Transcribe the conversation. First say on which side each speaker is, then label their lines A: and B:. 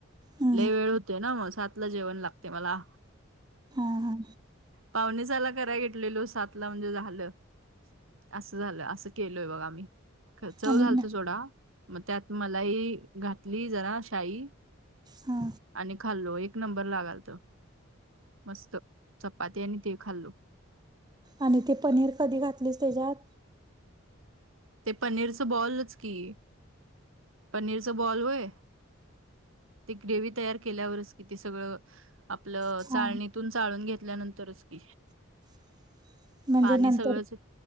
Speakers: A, on the right; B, on the right.
A: हा
B: लई वेळ होते ना मग सातला जेवण लाग ते मला.
A: हा
B: पावणीसाला कराय घेतलेलो सात ला म्हणजे झालं. असं झालं असं केलय बघा आम्ही ख चव
A: आणि
B: झालतो सोडा मग त्यात मलाही घातली जरा शाई.
A: हा
B: आणि खाल्लो एक नंबर लागाल त मस्त चपाती आणि ते खाल्लो.
A: आणि ती पनीर कधी घातलीस त्याच्यात
B: ते पनीरचं बॉलच की पनीरच बॉल वय ते ग्रेवही तयार केल्यावरच किती सगळं. आपलं
A: हा
B: चाळणीतून चाळून घेतल्यानंतरच क
A: <unintelligible>
B: पाणी
A: नंतर
B: सगळंच